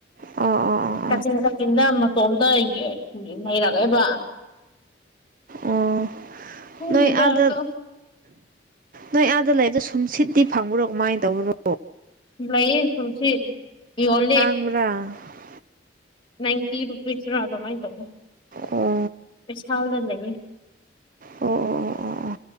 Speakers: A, on the right; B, on the left.
A: ꯑꯣ ꯑꯣ ꯑꯣ
B: ꯀꯛꯆꯤꯟ ꯀꯛꯆꯤꯟꯗ ꯃꯇꯣꯝꯇ ꯂꯩꯩꯔꯛꯑꯕ
A: ꯑꯣ
B: ꯈꯪꯗꯦꯗ
A: ꯅꯣꯏ ꯑꯗꯠ
B: ꯑꯗꯣ
A: ꯅꯣꯏ ꯑꯥꯗ ꯂꯩꯕꯗ ꯁꯨꯝꯁꯤꯠꯇꯤ ꯐꯪꯕ꯭ꯔꯣ ꯀꯃꯥꯏꯅ ꯇꯧꯕ꯭ꯔꯣ
B: ꯂꯩꯌꯦ ꯁꯨꯝꯁꯤ ꯌꯣꯜꯂꯦ
A: ꯀꯥ
B: ꯅꯥꯏꯟꯇꯤ ꯔꯨꯄꯤꯁ꯭ꯔ ꯑꯗꯨꯃꯥꯏꯅ ꯇꯧꯦ
A: ꯑꯣ
B: ꯁꯥꯜꯗ ꯂꯩꯌꯦ
A: ꯑꯣ ꯑꯣ ꯑꯣ ꯑꯣ ꯑꯣ